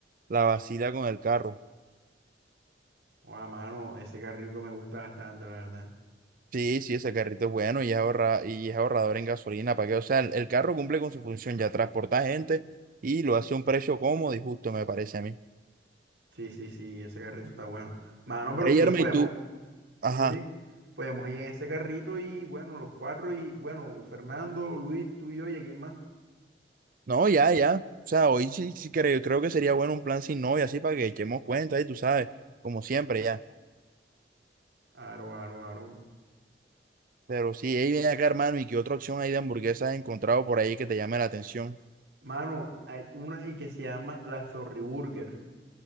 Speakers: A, on the right (about 50°); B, on the right (about 70°).
A: la vacila con el carro.
B: Oh, mano, ese carrito me gusta bastante, la verdad.
A: Sí, sí, ese carrito es bueno y es ahorra, y es ahorrador en gasolina, ¿para que O sea, el, el carro cumple con su función, ya transporta gente y lo hace a un precio cómodo y justo, me parece a mí.
B: Sí, sí, sí, ese carrito está bueno. Mano, pero
A: Ey,
B: sí,
A: Erma,
B: podemos,
A: y tú,
B: sí,
A: ajá,
B: sí, podemos ir en ese carrito y bueno, los cuatro y bueno, Fernando, Luis, tú y yo y a quién más.
A: no, ya, ya. O sea, hoy sí, sí creo, creo que sería bueno un plan sin novia, así para que echemos cuenta y tú sabes, como siempre, ya.
B: Aro, aro, aro.
A: Pero sí, ahí viene acá, hermano, y qué otra opción hay de hamburguesas has encontrado por ahí que te llame la atención.
B: Mano, hay una ahí que se llama la Zorri Burger.